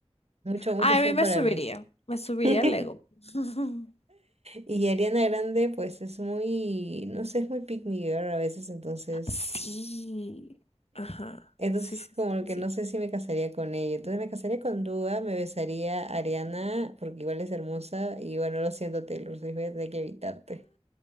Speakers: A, on the right; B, on the left.
A: Mucho, mucho
B: Ay,
A: show
B: a mí me
A: para
B: subiría,
A: mí.
B: me subiría
A: <laughs>
B: el ego. <laughs>
A: Y Ariana Grande, pues es muy, no sé, es muy pick me girl a veces, entonces.
B: Sí. Ajá.
A: Entonces,
B: Sí, sí,
A: como
B: sí, sí.
A: que
B: sí.
A: no sé si me casaría con ella. Entonces, me casaría con Dua, me besaría a Ariana, porque igual es hermosa. Y bueno, lo siento, Taylor Swift, voy a tener que evitarte.